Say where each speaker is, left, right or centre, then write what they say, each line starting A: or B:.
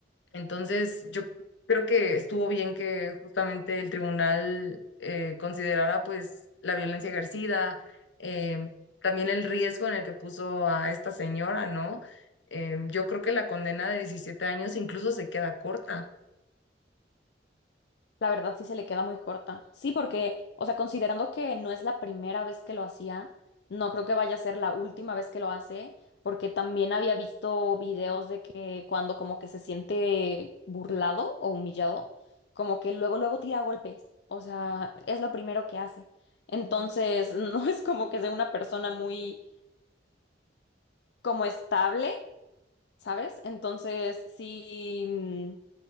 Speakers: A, on the left; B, on the left.
A: entonces, yo creo que estuvo bien que justamente el tribunal eh, considerara pues la violencia ejercida, em, también el riesgo en el que puso a esta señora, ¿no? Em, yo creo que la condena de 17 años incluso se queda corta.
B: La verdad sí se le queda muy corta. Sí, porque, o sea, considerando que no es la primera vez que lo hacía, no creo que vaya a ser la última vez que lo hace, porque también había visto videos de que cuando como que se siente burlado o humillado, como que luego, luego tira golpes. O sea, es lo primero que hace. Entonces, <laughs> no es como que sea una persona muy como estable, ¿sabes? Entonces, sí. mm,